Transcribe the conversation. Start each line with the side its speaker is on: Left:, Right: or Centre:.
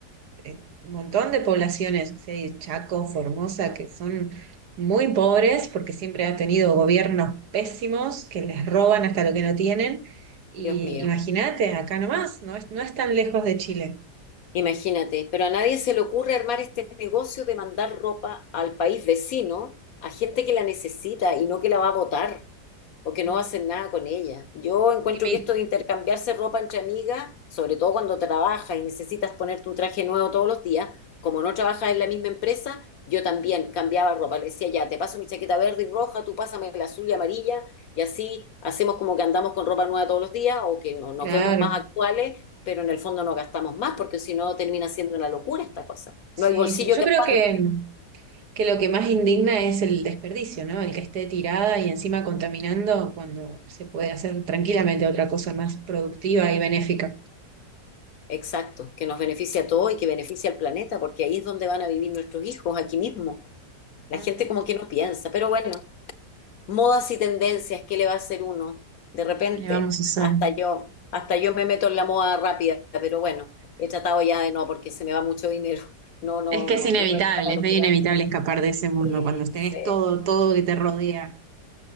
Right: eh, un montón de poblaciones, o sea, y Chaco, Formosa, que son muy pobres porque siempre ha tenido gobiernos pésimos que les roban hasta lo que no tienen. Y
Left: Dios mío.
Right: imagínate, acá nomás, no es, no es tan lejos de Chile.
Left: Imagínate, pero a nadie se le ocurre armar este negocio de mandar ropa al país vecino a gente que la necesita y no que la va a botar o que no
Right: Mm.
Left: hacen nada con ella. Yo encuentro
Right: Y me-
Left: que esto de intercambiarse ropa entre amigas, sobre todo cuando trabajas y necesitas ponerte un traje nuevo todos los días, como no trabajas en la misma empresa, yo también cambiaba ropa. Le decía, ya, te paso mi chaqueta verde y roja, tú pásame la azul y amarilla, y así hacemos como que andamos con ropa nueva todos los días o que no, nos
Right: claro,
Left: vemos más actuales, pero en el fondo no gastamos más, porque si no termina siendo una locura esta cosa.
Right: sí,
Left: No hay bolsillo
Right: sí, yo
Left: que
Right: creo
Left: aguante.
Right: que que lo que más indigna es el desperdicio, ¿no? El que esté tirada y encima contaminando cuando se puede hacer tranquilamente otra cosa más productiva y benéfica.
Left: Exacto, que nos beneficia a todos y que beneficia al planeta, porque ahí es donde van a vivir nuestros hijos, aquí mismo. La
Right: Ujú.
Left: gente como que no piensa, pero bueno, modas y tendencias, ¿qué le va a hacer uno? De repente,
Right: ¿Qué le vamos a hacer?
Left: hasta yo, hasta yo me meto en la moda rápida, pero bueno, he tratado ya de no, porque se me va mucho dinero. No, no,
Right: Es que
Left: no,
Right: es inevitable,
Left: no me paga
Right: es
Left: lo
Right: medio
Left: que gasto.
Right: inevitable escapar de ese mundo
Left: Eh,
Right: cuando tenés
Left: Sí,
Right: todo, todo que te rodea.